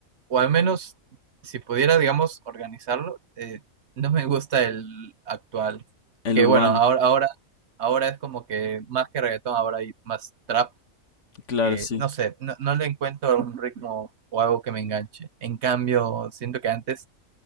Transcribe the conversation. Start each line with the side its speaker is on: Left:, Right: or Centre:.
Right: o al menos, si pudiera, digamos, organizarlo, eh, no me gusta el actual.
Left: El
Right: Que
Left: urbano,
Right: bueno, ahora, ahora, ahora es como que más que reggaetón, ahora hay más trap,
Left: claro,
Right: que
Left: sí,
Right: no sé, no, no le encuentro un ritmo o algo que me enganche. En cambio, siento que antes